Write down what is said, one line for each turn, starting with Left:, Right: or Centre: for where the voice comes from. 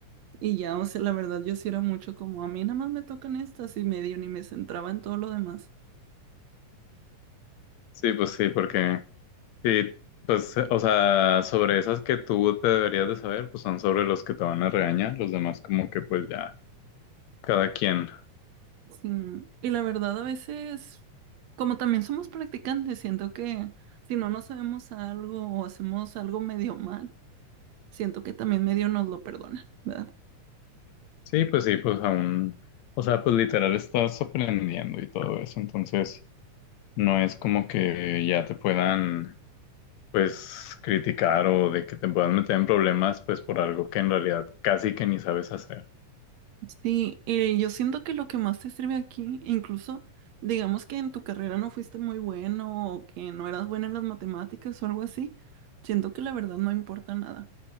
Right: Y ya, o sea, la verdad yo sí era mucho como a mí nada más me tocan estas y medio ni me centraba en todo lo demás.
Left: sí, pues sí, porque, sí, pues, o sea, sobre esas que tú te deberías de saber, pues son sobre los que te van a regañar, los demás como que pues ya, cada quien.
Right: Sí, Y la verdad a veces, como también somos practicantes, siento que si no nos sabemos algo o hacemos algo medio mal, siento que también medio nos lo perdonan, ¿verdad?
Left: Sí, pues sí, pues aún, o sea, pues literal estás aprendiendo y todo eso, entonces no es como que ya te puedan, pues, criticar o de que te puedan meter en problemas, pues, por algo que en realidad casi que ni sabes hacer.
Right: Sí, y yo siento que lo que más te sirve aquí, incluso digamos que en tu carrera no fuiste muy bueno o que no eras buena en las matemáticas o algo así, siento que la verdad no importa nada.